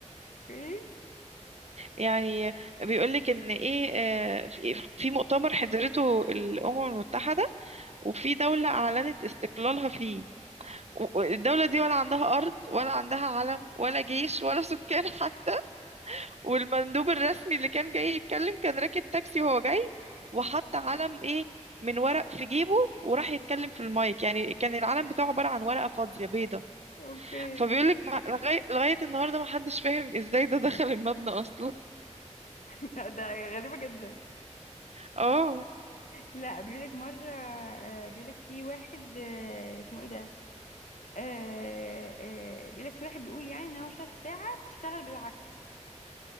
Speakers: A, on the left; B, on the right.
A: اوكي
B: يعني بيقولك ان ايه آه، في في مؤتمر حضرته الامم المتحده وفي دوله اعلنت استقلالها فيه و- الدوله دي ولا عندها ارض ولا عندها علم ولا جيش ولا سكان حتى والمندوب الرسمي اللي كان جاي يتكلم كان راكب تاكسي وهو جاي وحط علم ايه من ورق في جيبه وراح يتكلم في المايك يعني كان العلم بتاعه عباره عن ورقه فاضيه بيضه
A: اوكي
B: فبيقولك ما- لغايه لغايه النهارده ما حدش فاهم ازاي ده دخل المبنى اصلا
A: <laughs> ده غريبة جدا
B: <laughs> اه
A: لا بيقولك مرة آه، بيقولك في واحد آه، اسمه ايه ده آه، آه، بيقولك في واحد بيقول يعني ان هو شاف ساعة بتشتغل بالعكس